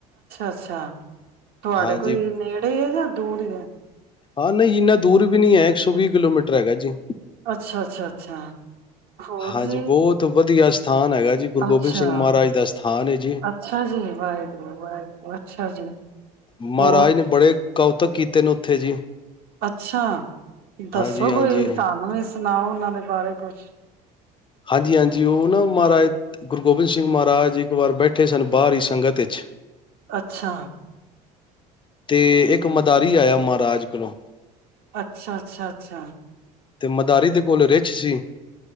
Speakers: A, on the right; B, on the left.
A: ਅੱਛਾ ਤੁਹਾਡੇ
B: ਹਾਂਜੀ
A: ਕੋਈ ਨੇੜੇ ਹੈ ਜਾਂ ਦੂਰ ਹੀ ਹੈ
B: ਹਾਂ ਨਹੀਂ ਇੰਨਾ ਦੂਰ ਵੀ ਨੀ ਹੈ ਇੱਕ ਸੌ ਵੀਹ ਕਿਲੋਮੀਟਰ ਹੈਗਾ ਜੀ
A: ਅੱਛਾ, ਅੱਛਾ ਅੱਛਾ ਹੋਰ
B: ਹਾਂਜੀ
A: ਵੀ
B: ਬਹੁਤ ਵਧੀਆ ਸਥਾਨ ਹੈਗਾ ਜੀ ਗੁਰੂ ਗੋਬਿੰਦ
A: ਅੱਛਾ
B: ਸਿੰਘ ਮਹਾਰਾਜ ਦਾ ਸਥਾਨ ਹੈ ਜੀ
A: ਅੱਛਾ ਜੀ ਵਾਹਿਗੁਰੂ ਵਾਹਿਗੁਰੂ ਅੱਛਾ ਜੀ
B: ਮਹਾਰਾਜ
A: ਹੋਰ
B: ਨੇ ਬੜੇ ਕੌਤਕ ਕੀਤੇ ਨੇ ਉੱਥੇ ਜੀ
A: ਅੱਛਾ ਦੱਸੋ
B: ਹਾਂਜੀ ਹਾਂਜੀ
A: ਕੋਈ ਸਾਨੂੰ ਵੀ ਸੁਣਾਓ ਉਹਨਾਂ ਦੇ ਬਾਰੇ ਕੁਛ
B: ਹਾਂਜੀ ਹਾਂਜੀ ਉਹ ਨਾ ਮਹਾਰਾਜ ਗੁਰੂ ਗੋਬਿੰਦ ਸਿੰਘ ਮਹਾਰਾਜ ਇੱਕ ਵਾਰ ਬੈਠੇ ਸਨ ਬਾਹਰਰੀ ਸੰਗਤ ਵਿੱਚ
A: ਅੱਛਾ
B: ਤੇ ਇੱਕ ਮਦਾਰੀ ਆਇਆ ਮਹਾਰਾਜ ਕੋਲੋਂ
A: ਅੱਛਾ, ਅੱਛਾ ਅੱਛਾ
B: ਤੇ ਮਦਾਰੀ ਦੇ ਕੋਲ ਰਿੱਛ ਸੀ।